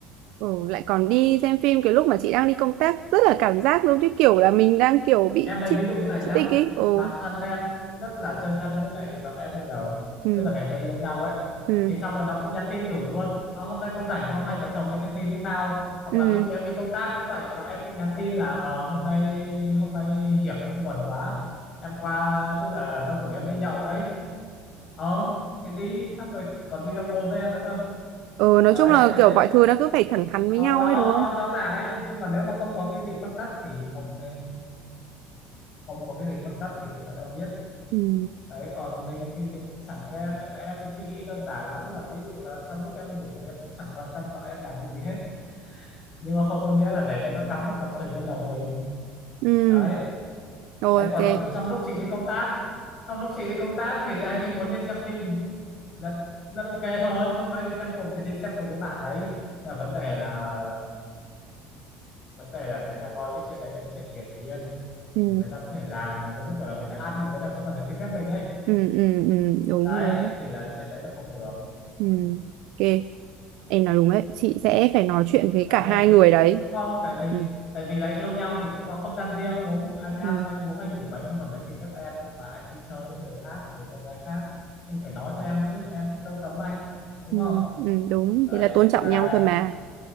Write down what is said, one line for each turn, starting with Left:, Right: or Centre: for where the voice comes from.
Right: ừ lại còn đi xem phim cái lúc mà chị đang đi công tác rất là cảm giác giống như kiểu là mình đang kiểu bị
Left: em lấy
Right: chít
Left: ví dụ như này
Right: chít
Left: nhá
Right: tích ấy ừ.
Left: bản thân em cũng rất là chơi thân với lại vợ em bây giờ
Right: ừ
Left: tức là ngày xưa yêu nhau ấy
Right: ừ
Left: thì xong rồi nó cũng nhắn tin rủ luôn "Ờ, hôm nay con rảnh không hay vợ chồng đi xem phim với tao hoặc
Right: ừ
Left: là ví dụ em đi công tác cũng vậy vợ em cũng nhắn tin là ờ, hôm nay hôm nay hiệp nó buồn quá em qua tức là nó rủ em đi nhậu đấy ờ thì đi xong rồi còn video call với em nữa cơ
Right: ừ nói
Left: đấy
Right: chung là
Left: nên
Right: kiểu mọi thứ nó cứ phải thẳng thắn với
Left: Ờ,
Right: nhau
Left: nó
Right: ấy đúng không
Left: nó rõ ràng ấy chung là nếu mà không có cái gì khuất tất thì không nên không có cái gì khuất tất thì phải cho nhau biết
Right: ừ
Left: đấy còn mình thì mình cũng chẳng ghen em cái suy nghĩ đơn giản lắm là ví dụ là trong lúc em ngủ thì em cũng chẳng quan tâm vợ em làm cái gì hết nhưng mà không có nghĩa là để cho nó cắm một cặp sừng lên đầu mình
Right: ừ
Left: đấy
Right: rồi
Left: đấy
Right: ok
Left: còn ví dụ trong lúc chị đi công tác trong lúc chị đi công tác thì anh ấy muốn đi xem phim rất rất ok thôi không ai đi xem cùng thì đi xem cùng với bạn đấy nhưng mà vấn đề là vấn đề là người ta coi cái chuyện đấy là cái chuyện hiển nhiên
Right: ừ
Left: người ta có thể làm mà giống như kiểu là người ta ăn mà người ta không cần phải xin phép mình ấy
Right: ừ ừ ừ đúng
Left: đấy
Right: đúng
Left: thì là chuyện đấy là không được
Right: ừ ok em nói đúng đấy chị sẽ phải nói chuyện với
Left: đấy
Right: cả hai
Left: thì
Right: người đấy
Left: đúng không tại vì
Right: ừ
Left: tại vì là yêu nhau thì cũng có không gian riêng đúng anh ăn
Right: ừ
Left: anh uống anh ngủ mà anh không cần phải xin phép em nhưng mà anh đi chơi với người khác người con gái khác anh phải nói cho em chứ em cũng đâu cấm anh đúng
Right: ừ,
Left: không
Right: ừ đúng
Left: đấy
Right: thế là tôn trọng
Left: và
Right: nhau thôi mà